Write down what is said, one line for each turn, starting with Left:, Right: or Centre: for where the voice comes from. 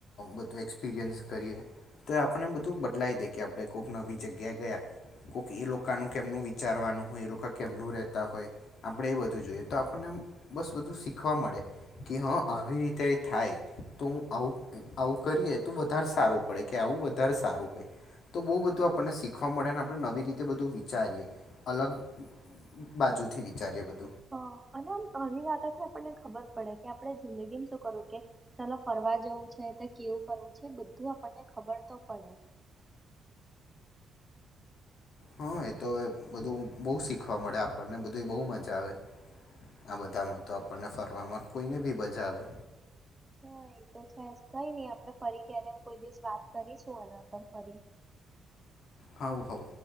Left: બધું એક્સપિરિયન્સ કરીએ તો આપણે આપણને બધું બદલાઈ દે કે આપણે કોઈક નવી જગ્યાએ ગયા કોઈક એ લોકોનું કેમનું વિચારવાનું હોય એ લોકો કેમનું રહેતા હોય આપણે એ બધું જોઈએ તો આપણને બસ બધું શીખવા મળે કે હા આવી રીતે થાય તો હું આવું આવું કરીએ તો વધારે સારું પડે કે આવું બું વધારે સારું હોય તો બહુ બધું આપણને શીખવા મળે અને આપણે નવી રીતે બધું વિચારીએ અલગ બાજુથી વિચારીએ બધું.
Right: હ અને આમ ઘણી વાતથી આપને ખબર પડે કે આપણે જિંદગીમાં શું કરું કે ચાલ ફરવા જવું છે તો કેવું ફરવું છે બધું આપણને ખબર તો પડે
Left: હા એ તો હવે બધું બહુ શીખવા મળે આપણને બધું બહુ મજા આવે આ બધામાં તો આપણને ફરવામાં કોઈને બી મજા આવે.
Right: હા એતો છે કઈ નહી આપડણે ફરી ક્યારે કોઈ દિવસ વાત કરીશું એના પર ફરી.
Left: હવ હવ.